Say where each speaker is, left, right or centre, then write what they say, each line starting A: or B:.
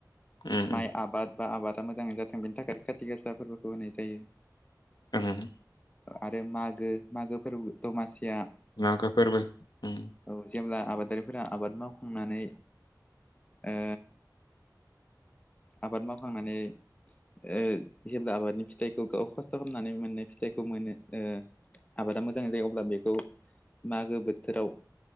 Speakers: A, on the left (about 75°); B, on the left (about 20°).
A: उम
B: माइ
A: उम
B: आबाद बा आबादा मोजांङै जाथों बेनि थाखाय खाथि गासा फोरबोखौ होनाय जायो
A: उम
B: आरो मागो मागो फोरबो दमासिया
A: मागो फोरबो ओम
B: औ जेब्ला आबादारिफोरा आबाद मावखांनानै ओ आबाद मावखांनानै ओ जेब्ला आबादनि फिथाइखौ गाव खस्थ खाम नानै मोननाय फिथाइखौ मोनो ओ आबादा मोजां जायो अब्ला बेखौ मागो बोथोराव